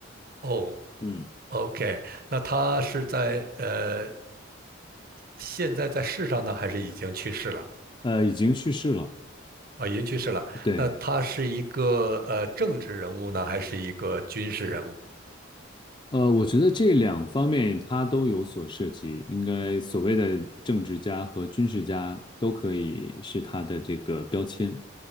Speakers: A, on the right (about 45°); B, on the left (about 25°).
A: 哦
B: 嗯。
A: ，OK，那他是在呃现在在世上呢，还是已经去世了？
B: 呃，已经去世了。
A: 啊，已经去世了。
B: 对，
A: 那他是一个呃政治人物呢，还是一个军事人物
B: 呃，我觉得这两方面他都有所涉及，应该所谓的政治家和军事家都可以是他的这个标签。